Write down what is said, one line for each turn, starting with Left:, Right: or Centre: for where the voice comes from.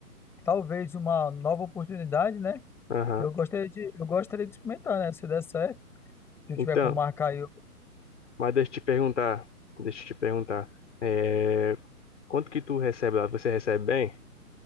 Centre: talvez uma nova oportunidade, né?
Left: Aham.
Centre: Eu gostaria de, eu gostaria de experimentar, né? Se der certo, se eu
Left: Então,
Centre: tiver como marcar aí, eu...
Left: mas deixa eu te perguntar, deixa eu te perguntar, é, quanto que tu recebe lá? Você recebe bem?